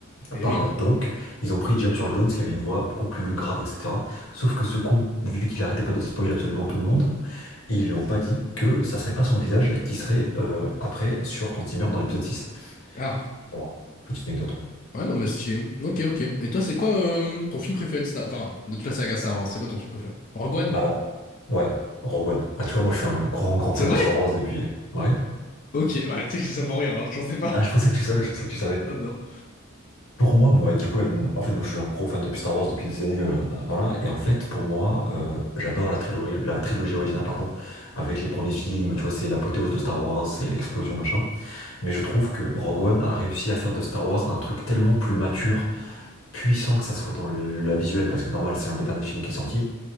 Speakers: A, on the left; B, on the left.
A: Et
B: parle,
A: oui.
B: donc, ils ont pris James Earl Jones, qui avait une voix beaucoup plus grave, etc. Sauf que ce con, vu qu'il arrêtait pas de spoiler absolument tout le monde, Ils lui ont pas dit que ça serait pas son visage qui serait euh, après sur quand il meurt dans l'épisode 6.
A: Ah.
B: Voilà, petite anecdote.
A: Ouais, non, mais stylé. Ok, ok. Et toi, c'est quoi euh, ton film préféré de Star... Enfin, de toute la saga Star Wars, c'est quoi ton film préféré? Rogue One?
B: Bah alors, ouais, Rogue One. Ah, tu vois, moi je suis un grand grand
A: C'est
B: fan
A: vrai?
B: de Star Wars depuis. Ouais.
A: Ok, ouais, tu sais que j'ai ça pour rire, hein, je pensais pas.
B: Ah,
A: <laughs>
B: je pensais que tu savais, je pensais que tu savais.
A: Non, non.
B: Pour moi, moi, du coup, ouais, mon- en fait, moi je suis un gros fan de Star Wars depuis des années. euh, voilà. Et en fait, pour moi, euh, j'adore la trilogie, la trilogie originale, pardon, avec les premiers films, tu vois, c'est l'apothéose de Star Wars, c'est l'explosion, machin. Mais je trouve que Rogue One a réussi à faire de Star Wars un truc tellement plus mature puissant, que ça soit dans le- la visuelle, parce que normal, c'est un des derniers films qui est sorti,